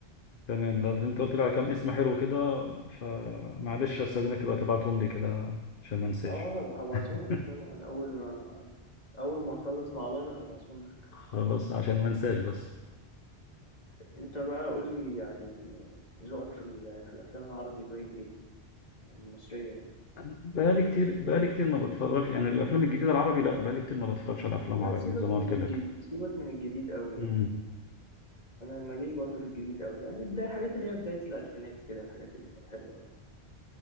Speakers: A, on the left; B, on the left.
A: تمام لأن انت قلت لي
B: لازم
A: على كام اسم
B: لازم
A: حلو
B: تشوف
A: كده فمعلش استاذنك تبقى تبعتهم لي كده عشان ما انساش
B: اه هب- هبعتهم
A: <laughs>
B: لك طبعا اول ما اول ما نخلص مع بعض هبعتهم لك
A: خلاص عشان ما انساش بس
B: انت بقى قول لي يعني ذوقك في ال- في الافلام العربي طيب ايه يعني المصريه يعني
A: بقالي كتير بقالي كتير ما بتفرجش يعني الافلام الجديده العربي لا بقالي كتير ما بتفرجش على افلام
B: لا
A: عربي
B: سيبك
A: زي ما قلت
B: من
A: لك
B: الجديد سيبك من الجديد قوي
A: مم.
B: يعني انا ماليش برضو في الجديد قوي يعني بدايه حاجات اللي هي بدايه الالفينات كده الحاجات اللي كانت حلوه